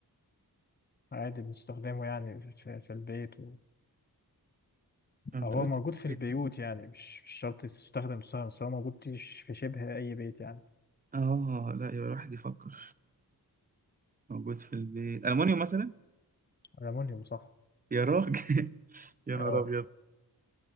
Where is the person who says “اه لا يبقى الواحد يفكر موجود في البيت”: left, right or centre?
Right